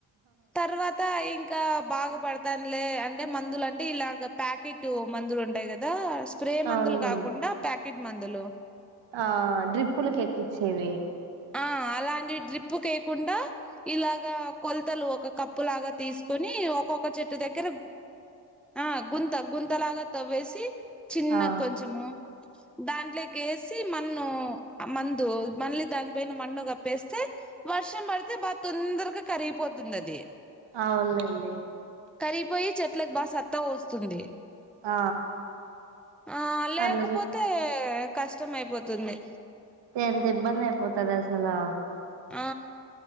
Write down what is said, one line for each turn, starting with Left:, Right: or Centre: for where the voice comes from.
Centre: తర్వాత ఇన్ కా బాగ పడతాందిలే అంటే మందులు అంటే ఇలాగ ప్యాకెట్ మందులు ఉంటాయి కదా స్ప్రే మందులు
Right: అవునులేండి
Centre: కాకుండా ప్యాకెట్ మందులు
Right: ఆ డ్రిప్పులకి ఎక్కిచేవి
Centre: ఆ అలాంటి డ్రిప్పు వయకుండా ఇలాగా కొల్ తలు ఒక కప్పు లాగా తీసుకొని ఒక్కొక్క చెట్టు దగ్గర ఆ గుంత గుంత లాగా తవ్వేసి చిన్న
Right: ఆ
Centre: కొంచెము దాంట్లేకి ఈ మన్ను ఆ మందు మళ్ళీ దాని పైన మన్ను కప్పేస్తే వర్షం పడ్ తే బాగా తొందరగా కరిగిపోతుంది అది
Right: అవునండి
Centre: కరిగిపోయి చెట్లకు బాగా సత్తా వత్తుంది
Right: ఆ
Centre: ఆ లేకపోతే
Right: అందుకే
Centre: కష్టం అయిపోతుంది
Right: ఎంత ఇబ్బంది అయిపోతది అసలు
Centre: ఆ